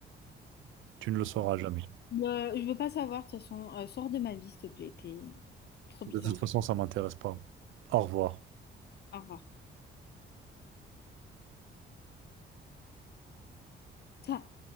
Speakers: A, on the right (about 80°); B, on the left (about 55°).
A: Tu ne le sauras jamais.
B: Euh, je veux pas savoir, de toute façon. Euh, sors de ma vie, s'il te plaît. T'es trop
A: De
B: bizarre.
A: toute façon, ça m'intéresse pas. Au revoir.
B: Au revoir. Ça.